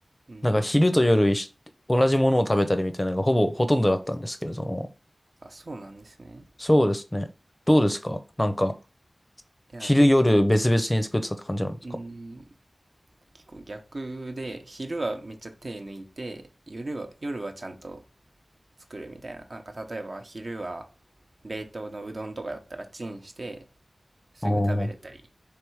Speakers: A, on the right; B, on the left.
A: うん。
B: なんか昼と夜一緒同じものを食べたりみたいなのがほぼほとんどだったんですけれども、
A: あ、そうなんですね。
B: そうですね。どうですかなんか、
A: いや、
B: 昼夜別々に作ってたって感じなんですか
A: 結構、うん、結構逆で、昼はめっちゃ手抜いて、夜は、夜はちゃんと作るみたいな。なんか例えば昼は冷凍のうどんとかだったらチンしてすぐ食べれたり
B: おー、